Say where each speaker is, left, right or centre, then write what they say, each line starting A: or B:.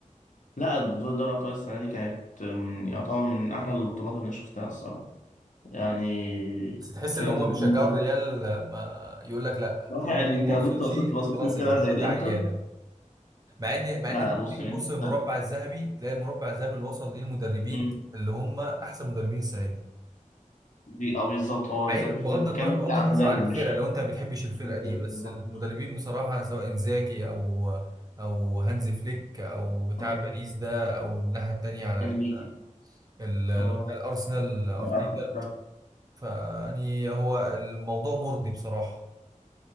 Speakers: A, on the left (about 70°); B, on the right (about 30°).
A: لا دوري دوري أبطال السنة دي كانت من يعتبر من أحلى البطولات اللي أنا شفتها الصراحة يعني
B: بس تحس
A: فرقة
B: ان هما
A: زي الإنتر
B: بيشجعوا الريال ما يقول لك لا
A: صراحة
B: طالما
A: يعني
B: الريال
A: أنت
B: ما
A: لو
B: وصلش
A: جيت بصيت بصيت
B: خلاص
A: لفرقة
B: البطولة
A: زي الإنتر
B: دي عيانة مع ان مع
A: لا
B: ان
A: لا
B: تيجي
A: بص
B: تبص
A: يعني أنت
B: للمربع الذهبي تلاقي المربع الذهبي اللي وصل ليه المدربين
A: مم.
B: اللي هم احسن مدربين السنة دي
A: دي أه بالظبط هو
B: مع-
A: أنت بتتكلم
B: بغض النظر بغض
A: بس عن
B: النظر
A: مدرب
B: عن الفرقه
A: مش
B: لو انت ما بتحبش الفرقه
A: مش الفرقة
B: دي بس
A: بالظبط.
B: المدربين بصراحه سواء انزاكي او او هانز فليك او بتاع
A: اه
B: باريس ده او الناحيه التانيه على
A: إنريكي
B: ال- ال- اللي
A: اه
B: هو بتاع الارسنال ارتيتا
A: أرتيتا
B: فيعني هو الموضوع مرضي بصراحه